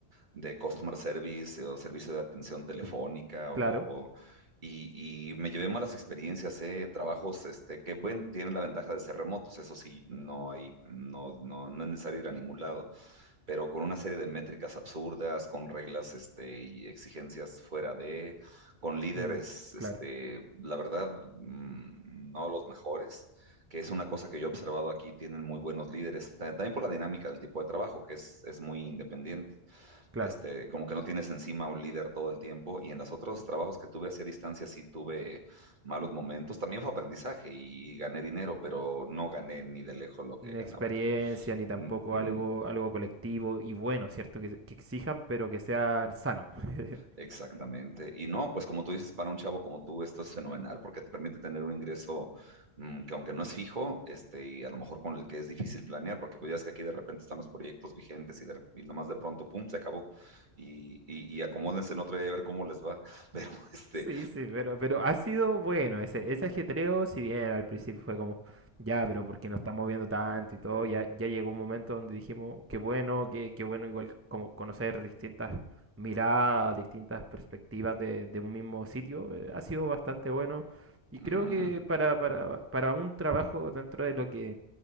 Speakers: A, on the right; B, on the right.
A: de customer service o servicio de atención telefónica o,
B: claro,
A: o- y, y me llevé malas experiencias, eh, trabajos este, que bueno, tienen la ventaja de ser remotos, eso sí, no hay, no, no, no es necesario ir a ningún lado, pero con una serie de métricas absurdas, con reglas este, y exigencias fuera de, con líderes,
B: mm,
A: este,
B: claro,
A: la verdad, mm, no los mejores que es una cosa que yo he observado aquí, tienen muy buenos líderes, ta- también por la dinámica del tipo de trabajo, que es, es muy independiente
B: claro.
A: este, como que no tienes encima un líder todo el tiempo. Y en los otros trabajos que tuve hacia distancia sí tuve malos momentos. También fue aprendizaje y gané dinero, pero no gané ni de lejos lo que
B: Ni
A: ganaba
B: experiencia,
A: aquí.
B: ni tampoco
A: Mm, mm,
B: algo, algo colectivo y bueno, ¿cierto? Que, que exijan, pero que sea sano. <laughs>
A: exactamente. Y no, pues como tú dices, para un chavo como tú, esto es fenomenal porque te permite tener un ingreso mm, que aunque no es fijo, este, y a lo mejor con el que es difícil planear, porque pues ya es que aquí de repente están los proyectos vigentes y, de, rep- y nomás de pronto, pum, se acabó y, y, y acomódense en otra y a ver cómo les va, <laughs> pero este,
B: Sí, sí, pero, pero ha sido bueno ese, ese ajetreo, si bien al principio fue como, ya, pero porque nos estamos viendo tanto y todo, ya, ya llegó un momento donde dijimos, qué bueno, qué, qué bueno igual como conocer distintas miradas, distintas perspectivas de, de un mismo sitio, eh, ha sido bastante bueno y creo
A: ujú.
B: que para, para, para un trabajo dentro de lo que